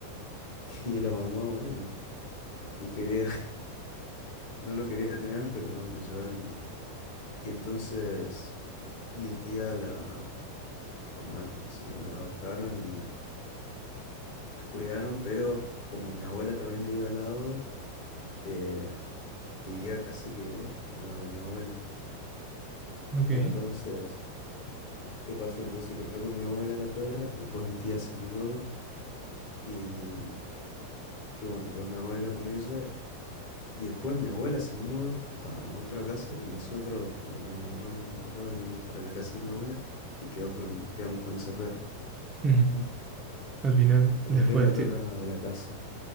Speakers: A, on the left; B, on the right.
A: <laughs> Y la mamá, bueno, no quería, <laughs> no lo quería tener, pero bueno, lo llevaron igual. Y entonces mi tía la, como es que se llama? La adoptaron y la cuidaron, pero como mi abuela también vive al lado, eh, vivía casi que en lo de mi abuela.
B: Ok.
A: Entonces ¿Qué pasó? Entonces quedó con mi abuela la perra, después mi tía se mudó y, y bueno, quedó mi abuela con ella y después mi abuela se muda a otra casa y nosotros, bueno, con mi mamá y mi papá vinimos para la casa de mi abuela y quedó con, quedamos con esa perra,
B: Ujú.
A: <laughs>
B: Al final,
A: como
B: después,
A: que es la perra de la casa.